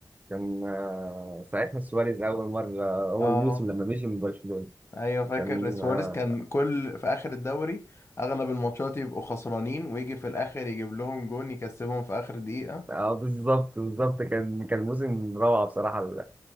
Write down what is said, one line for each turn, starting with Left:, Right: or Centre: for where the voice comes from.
Right: كان آه، ساعتها سواريز اول مره اول
Left: اه
Right: موسم لما مشي من برشلونه
Left: أيوة فاكر
Right: كان
Left: سواريز
Right: اه
Left: كان كل في آخر الدوري أغلب الماتشات يبقوا خسرانين ويجي في الآخر يجيب لهم جون يكسبهم في آخر دقيقة
Right: آه، بالظبط بالظبط كان كان موسم روعه بصراحه ل-